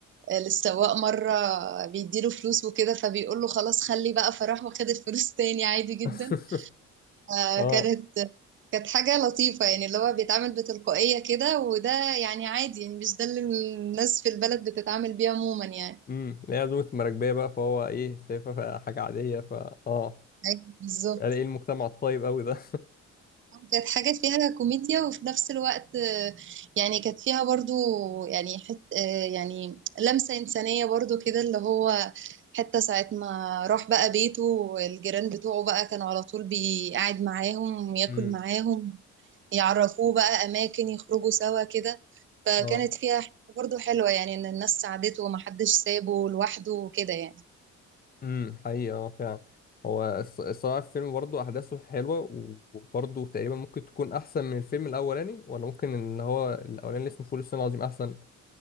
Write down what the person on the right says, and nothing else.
للسواق مره بيديله فلوس وكده فبيقول له خلاص خلي بقى فراح واخد الفلوس تاني عادي جدا
فكانت
كانت حاجه لطيفه يعني اللي هو بيتعامل بتلقائيه كده وده يعني عادي يعني مش ده اللي الناس في البلد بتتعامل بيه عموما يعني
أيوة، بالظبط
كانت حاجة فيها كوميديا وفي نفس الوقت آه، يعني كانت فيها برضو يعني حت آه، يعني لمسة إنسانية برضو كده اللي هو حتى ساعة ما راح بقى بيته والجيران بتوعه بقى كانوا على طول بيقعد معاهم ياكل
معاهم يعرفوه بقى أماكن يخرجوا سوا كده فكانت
فيها حتة برضو حلوة يعني إن الناس ساعدته ومحدش سابه لوحده وكده يعني